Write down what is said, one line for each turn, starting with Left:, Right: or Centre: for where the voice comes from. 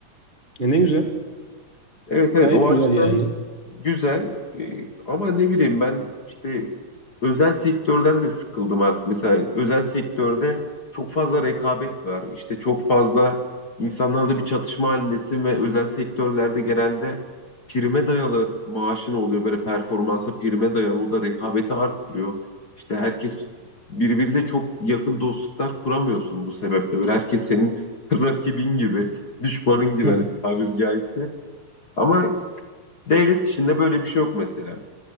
Right: E ne güzel.
Left: Evet evet
Right: Gayet
Left: o açıdan
Right: güzel yani.
Left: güzel Ee, ama ne bileyim ben işte özel sektörden de sıkıldım artık. Mesela özel sektörde çok fazla rekabet var. İşte çok fazla insanlarla bir çatışma halindesin ve özel sektörlerde genelde prime dayalı maaşın oluyor. Böyle performansa prime dayalı o da rekabeti arttırıyor. İşte herkes birbiriyle çok yakın dostluklar kuramıyorsun bu sebeple. Böyle herkes senin <laughs> rakibin gibi, düşmanın gibi
Right: <laughs>
Left: hani tabiri caizse. Ama Devlet işinde böyle bir şey yok mesela.